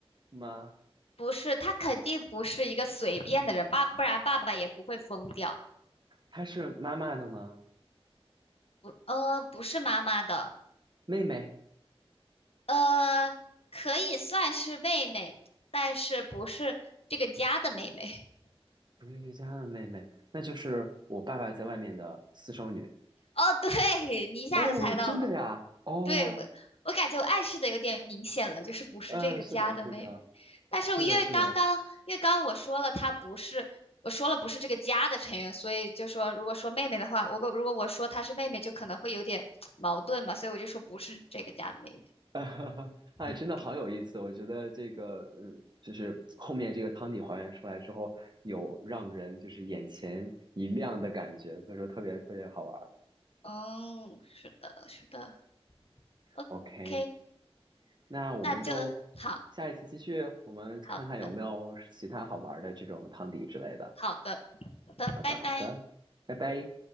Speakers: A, on the right (about 45°); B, on the left (about 70°).
A: 吗？
B: 不是，她肯定不是一个随便的人，爸，不然爸爸也不会疯掉，
A: 他是妈妈的吗？
B: 呃，不是妈妈的，
A: 妹妹，
B: 呃，可以算是妹妹，但是不是这个家的妹妹。
A: 不是瑜家的妹妹，那就是我爸爸在外面的私生女。
B: <laughs> 哦，对，你一下就猜到了。
A: 哦，真的呀？哦，
B: 对，我我感觉我暗示的有点明显了，就是不是这个家的妹妹。
A: 呃，是的，是的，
B: 但是我因为刚刚因为刚刚我说了她不是，
A: 是的，是的，
B: 我说了不是这个家的成员，所以就说如果说妹妹的话，我如果我说她是妹妹，就可能会有点矛盾嘛，所以我就说不是这个家的妹妹。
A: <laughs> 哎，真的好有意思！
B: OK，
A: 我觉得这个，呃，就是后面这个汤底还原出来之后，有让人就是眼前一亮的感觉，所以说特别特别好玩儿。
B: 嗯，是的，是的，OK，
A: OK，那我们就
B: 那就好，
A: 下一次继续，我们看看有没有其他好玩儿的这种汤底之类的。
B: 好的，好的，好的，
A: 好的，
B: 拜拜。
A: 好的，拜拜。